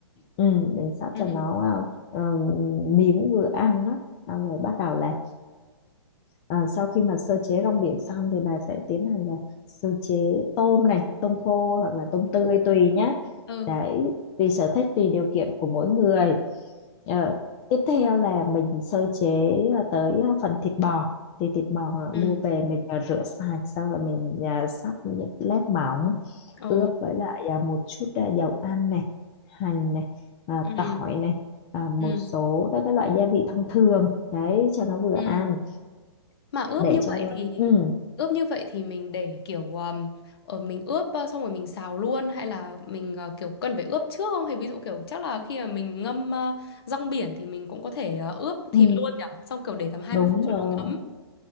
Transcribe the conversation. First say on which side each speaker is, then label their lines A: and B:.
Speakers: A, on the left; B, on the left.
A: ừ, mình sắp
B: ừ,
A: cho nó ờ, ờ, miếng vừa ăn đó xong rồi bắt đầu là À, sau khi mà sơ chế rong biển xong thì bà sẽ tiến hành là sơ chế tôm này, tôm khô hoặc là tôm tươi tùy
B: ừ,
A: nhá.
B: ừ,
A: Đấy, tùy sở thích, tùy điều kiện của mỗi người. Ờ, tiếp theo là mình sơ chế ờ, tới ờ, phần thịt bò. Thì thịt bò à,
B: ừ,
A: mua về mình ờ, rửa sạch, xong rồi mình ờ, sắp những lát mỏng,
B: ồ,
A: ướp với lại ờ, một chút ờ, dầu ăn này, hành này, ờ,
B: ừ,
A: tỏi này, ờ, một
B: ừ.
A: số các cái loại gia vị thông thường. Đấy, cho nó vừa
B: ừ.
A: ăn
B: Mà ướp
A: để
B: như
A: cho
B: vậy thì
A: ừ
B: ướp như vậy thì mình để kiểu um, ở mình ướp ờ, xong rồi mình xào luôn hay là mình ờ, kiểu cần phải ướp trước không? Hay ví dụ kiểu chắc là khi mà mình ngâm ờ, rong biển thì mình cũng có thể ờ, ướp thịt
A: ừ
B: luôn nhỉ? Xong kiểu để tầm hai
A: đúng
B: mươi phút cho
A: rồi
B: nó ngấm.